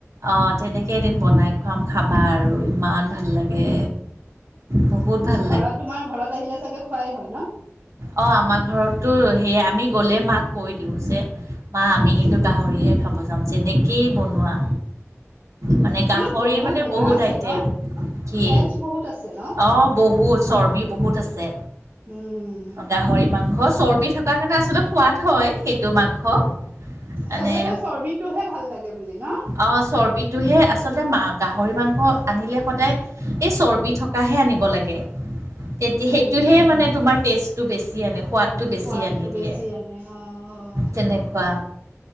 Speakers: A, on the right; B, on the right.
A: অঁ তেনেকেই এদিন বনাই- খুৱাম খাবা আৰু ইমান ভাল লাগে বহুত ভাল-
B: ঘৰত তোমাৰ ঘৰত আহিলে চাগে খোৱাই হয় ন।
A: অঁ' আমাৰ ঘৰতটো সেয়াই আমি গ'লে মাক- কৈ দিওঁ যে, মাঁ আমি কিন্তু গাহৰিহে খাব যাম যেনেকেই বনোৱা। মানে গাহৰিৰ
B: কিন্তু
A: মানে
B: সেয়া
A: বহুত
B: আছে
A: আইটেম।
B: ন
A: কি?
B: ফেটছ বহুত আছে ন
A: অঁ, বহুত চৰ্বি- বহুত আছে।
B: উম
A: গাহৰি মাংস চৰ্বি থকাৰ কাৰণে আচলতে সোৱাদ- হয় সেইটো মাংস। মানে
B: চবে কয় চৰ্বিটোহে ভাল লাগে বুলি ন।
A: অঁ' চৰ্বিটোহে আচলতে গাহৰি মাংস আনিলে সদায়- এই চৰ্বি থকাহে আনিব লাগে। তেতিয়া
B: উম
A: সেইটোহে মানে তোমাৰ টেষ্টটো বেছি আনে সোৱাদ- টো বেছি
B: সোৱাদটো
A: আনি দিয়ে
B: বেছি আনে অ অ',
A: তেনেকুৱা।